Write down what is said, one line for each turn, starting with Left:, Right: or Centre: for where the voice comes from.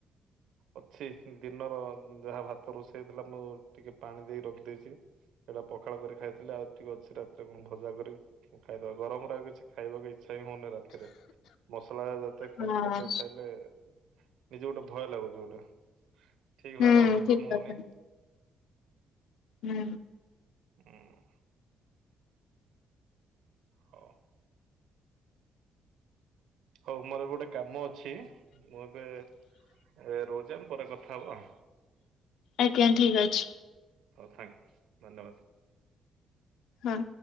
Right: ଅଛି ଦିନର ଯାହା ଭାତ ରୋଷେଇ ହେଥିଲା ମୁଁ ଟିକେ ପାଣି ଦେଇ ରଖି ଦେଇଛି ସେଇଟା ପଖାଳ କରି ଖାଇଥିଲେ ଆଉ ଟିକେ ଅଛି ରାତିରେ କଣ ଭଜା କରି ଖାଇଦବା ଗରମରେ କିଛି ଖାଇବାକୁ ଇଛା ହଉନି ରାତି ରେ ମସଲା ଜାତୀୟ
Left: ହଁ
Right: ଖାଦ୍ୟ ଖାଇଲେ ନିଜେ ଗୋଟେ ଭୟ ଲାଗୁଛି ଗୋଟେ ଠିକ
Left: ହୁଁ
Right: ଭାବରେ ହଜମ
Left: ଠିକ
Right: ହଉନି।
Left: କଥା ହୁଁ।
Right: ହଁ। ହଉ। ହଉ ମୋର ଏବେ ଗୋଟେ କାମ ଅଛି ମୁଁ ଏବେ ଏ ରହୁଛି ଆମେ ପରେ କଥା କଥା ହେବା।
Left: ଆଜ୍ଞା ଠିକ ଅଛି।
Right: ହଉ ଥ୍ୟାଙ୍କ ୟୁ ଧନ୍ୟବାଦ।
Left: ହଁ।